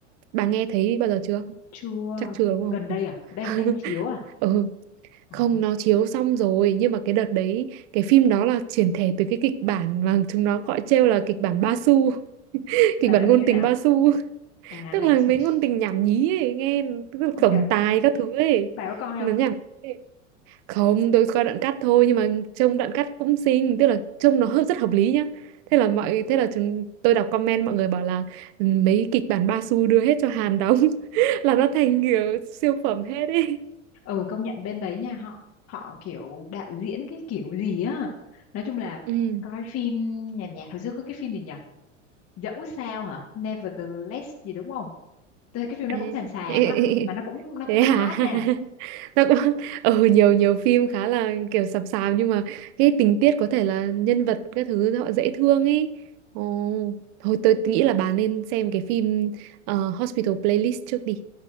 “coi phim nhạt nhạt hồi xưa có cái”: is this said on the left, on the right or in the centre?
Left